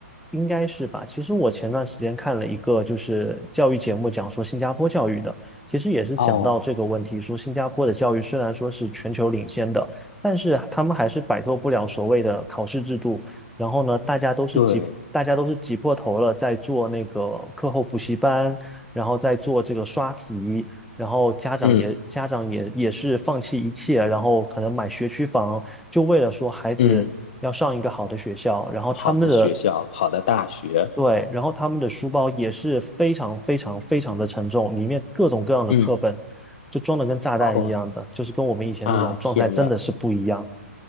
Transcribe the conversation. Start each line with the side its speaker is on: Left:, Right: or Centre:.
Centre: 应该是吧。其实我前段时间看了一个就是教育节目，讲说新加坡教育的，其实也是讲到这个问题，
Left: 哦，
Centre: 说新加坡的教育虽然说是全球领先的，但是他们还是摆脱不了所谓的考试制度。然后呢，大家都是挤，
Left: 对，
Centre: 大家都是挤破头了，在做那个课后补习班，然后在做这个刷题，然后家长也家长也也是放弃一切，
Left: 嗯
Centre: 然后可能买学区房，就为了说孩子要上一个好的学校，
Left: 嗯，
Centre: 然后他们的
Left: 好的学校，好的大学，
Centre: 对，然后他们的书包也是非常非常非常的沉重，里面各种各样的课本
Left: 嗯，
Centre: 就装的跟炸弹一样的，
Left: 呵
Centre: 就是跟我们以前那种状态真的是不一样。
Left: 啊，天呐，